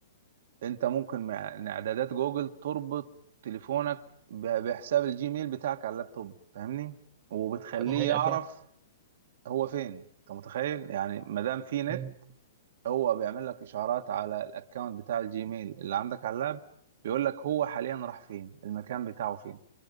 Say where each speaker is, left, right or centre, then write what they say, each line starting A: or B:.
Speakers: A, on the right; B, on the right.
A: انت ممكن مع إن اعدادات جوجل تربط تليفونك ب- بحساب الجيميل بتاعك على اللابتوب فاهمني وبتخليه
B: آه، ده حقيقة
A: يعرف هو فين انت متخيل يعني ما دام في نت
B: فاهم
A: هو بيعمل لك اشعارات على الاكونت بتاع الجيميل اللي عندك على اللاب بيقول لك هو حاليا راح فين المكان بتاعه فين